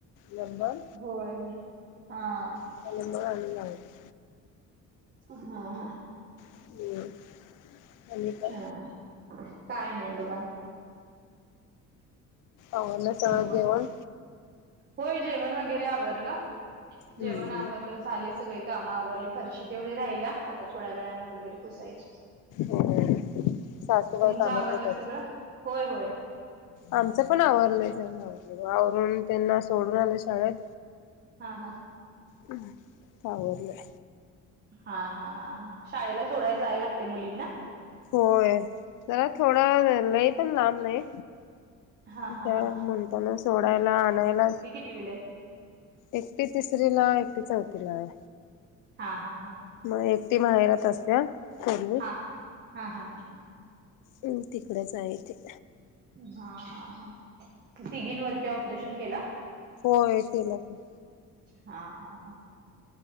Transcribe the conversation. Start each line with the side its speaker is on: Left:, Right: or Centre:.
Left: नंबर.
Right: होय. हा.
Left: <unintelligible> नंबर आणि लावल्या.
Right: हा, हा.
Left: हम्म आणि काय
Right: हा. काय नाही बघा.
Left: आवरलं सगळं,
Right: बोल
Left: जेवण.
Right: होय, जेवण वगैरे आवरलं. जेवण
Left: हम्म
Right: आवरलं झाले सगळे काम आवरली. फरशी तेवढी राहिल्या. आता थोड्या वेळानं, वगैरे पुसायची.
Left: होय सासूबाई
Right: तुमच,
Left: कामाला
Right: आवरलं
Left: जात्यात.
Right: सगळं. होय, होय.
Left: आमचं पण आवरलंय सगळं. आवरून, त्यांना सोडून आले शाळेत.
Right: हा, हा.
Left: ह. आवरलंय.
Right: हा, हा, हा, हा. शाळेला सोडायला जाय लागतय मुलींना.
Left: होय. जरा थोड. लय पण लांब नाही.
Right: हा
Left: त्या
Right: हा हा हा
Left: म्हणताना सोडायला, आणायला
Right: कितविलायत?
Left: एकटी तिसरीला, एकटी चौतीलाय.
Right: हा हा हा
Left: मग एकटी माहेरात असत्या. थोरली.
Right: हा, हा, हा.
Left: हम्, तिकडेच आहे ती.
Right: हा, हा, हा. तिघीनवर कि, ऑपरेशन केला?
Left: होय, केला की.
Right: हा, हा, हा.